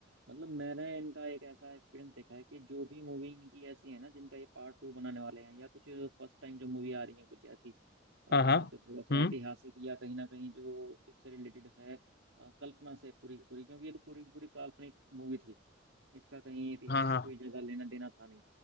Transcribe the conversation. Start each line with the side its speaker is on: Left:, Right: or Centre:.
Right: मतलब मैंने इनका एक ऐसा एक्सपीरियंस देखा है कि जो भी मूवी इनकी ऐसी है ना जिनका ये पार्ट टू बनाने वाले हैं या कुछ फर्स्ट टाइम जो मूवी आ रही है कुछ ऐसी अ, जो
Left: हाँ हाँ
Right: थोड़ा सा
Left: हम्म
Right: ऐतिहासिक या कहीं ना कहीं जो इससे रिलेटेड है अ, कल्पना से पूरी की पूरी क्योंकि ये तो पूरी की पूरी काल्पनिक मूवी थी इसका कहीं इतिहास
Left: हाँ हाँ
Right: से कोई ज्यादा लेना देना था नहीं